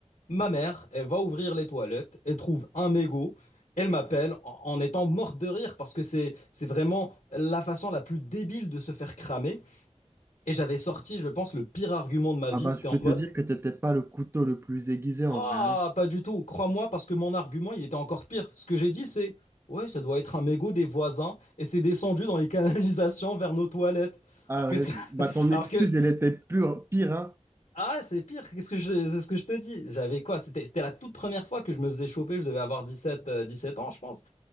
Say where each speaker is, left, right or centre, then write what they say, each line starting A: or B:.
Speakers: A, on the left; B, on the right.
A: ma mère, elle va ouvrir les toilettes, elle trouve un mégot, elle m'appelle en, en étant morte de rire parce que c'est c'est vraiment la façon la plus débile de se faire cramer. Et j'avais sorti, je pense, le pire argument de ma
B: Ah
A: vie.
B: bah,
A: C'était
B: je peux
A: en mode
B: te dire que t'étais pas le couteau le plus aiguisé en
A: Ah,
B: vrai.
A: pas du tout, crois-moi, parce que mon argument, il était encore pire. Ce que j'ai dit, c'est Ouais, ça doit être un mégot des voisins et c'est descendu dans les canalisations vers nos toilettes.
B: Ah
A: Alors que,
B: ouais,
A: ça-
B: bah
A: <laughs>
B: ton
A: alors
B: excuse,
A: que
B: elle était pure, pire, hein.
A: Ah, c'est pire, qu'est-ce que je... c'est ce que je te dis. J'avais quoi C'était c'était la toute première fois que je me faisais choper, je devais avoir dix-sept, euh, sept ans, je pense.